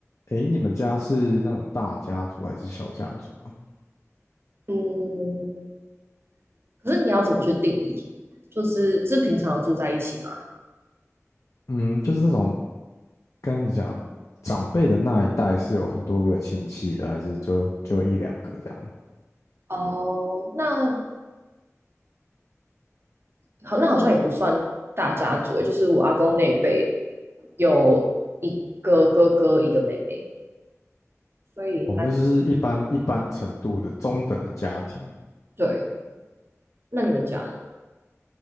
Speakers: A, on the left (about 65°); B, on the right (about 45°).
A: 诶，你们家是那种大家族还是小家族啊？
B: 嗯，可是你要怎么去定义？就是是平常有住在一起吗？
A: 嗯，就是那种跟你们讲，长辈的那一代是有很多个亲戚的，还是就就一两个这样？
B: 哦，那好，那好像也不算大家族欸，就是我阿公那一辈有一个哥哥，一个妹妹，所以应该
A: 哦，那就是一般一般程度的中等的家庭。
B: 对。那你们家呢？